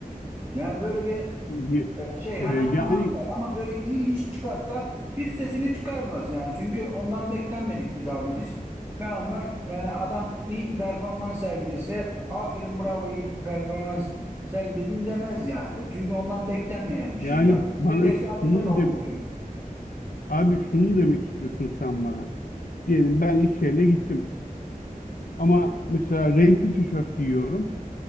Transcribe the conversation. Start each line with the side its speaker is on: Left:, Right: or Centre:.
Right: Yani böyle bir
Left: Ye-
Right: e, şey
Left: e,
Right: hemen ona
Left: Yani
Right: atlar ama böyle iyi iş çıkarsa hissesini çıkarmaz yani. Çünkü ondan beklenmedik bir davranış. Tamam mı? Yani adam iyi bir performans sergilese aferin bravo iyi bir performans sergiledin demez yani. Çünkü ondan beklenmeyen bir
Left: yani
Right: şey yaptı.
Left: bana
Right: Tesadüfen
Left: şunu mu
Right: olmuştur.
Left: deme abi şunu mu demek istiyorsun sen bana? Diyelim ben iş yerine gittim ama mesela renkli tişört giyiyorum.